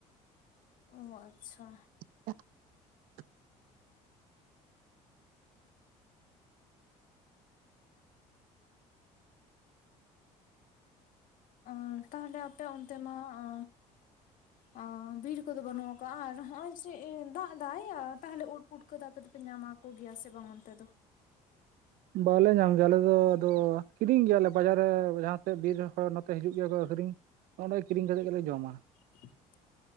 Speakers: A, on the left (about 65°); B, on the right (about 75°).
A: ᱚ ᱟᱪᱪᱷᱟ᱾
B: <inaudible>
A: ᱚ ᱛᱟᱦᱚᱞᱮ ᱟᱯᱮ ᱚᱱᱛᱮ ᱢᱟ ᱟ ᱟᱸ ᱵᱤᱨ ᱠᱚᱫᱚ ᱵᱟᱹᱱᱩᱜ ᱟᱠᱟᱜ ᱟᱨ ᱦᱚᱸᱜᱼᱚᱭ ᱪᱮᱫ ᱮ ᱫᱟᱜ ᱫᱟᱭᱟ ᱟᱨ ᱛᱟᱦᱚᱞᱮ ᱩᱫᱽ ᱯᱩᱴ ᱯᱩᱴᱠᱟᱹ ᱫᱚ ᱟᱯᱮ ᱫᱚᱯᱮ ᱧᱟᱢᱟ ᱠᱚ ᱜᱮᱭᱟ ᱥᱮ ᱵᱟᱝ ᱚᱱᱛᱮ ᱫᱚ?
B: ᱵᱟᱞᱮ ᱜᱮᱭᱟ ᱟᱞᱮ ᱫᱚ ᱟᱫᱚ ᱠᱤᱨᱤᱧ ᱜᱮᱭᱟᱞᱮ ᱵᱟᱡᱟᱨ ᱨᱮ ᱡᱟᱦᱟᱸ ᱥᱮᱫ ᱵᱤᱨ ᱨᱮᱱ ᱦᱚᱲ ᱱᱚᱛᱮ ᱦᱤᱡᱩᱜ ᱜᱮᱭᱟ ᱠᱚ ᱟᱠᱷᱨᱤᱧ᱾ ᱚᱸᱰᱮ ᱠᱤᱨᱤᱧ ᱠᱟᱛᱮ ᱜᱮᱞᱮ ᱡᱚᱢᱟ᱾
A: <inaudible>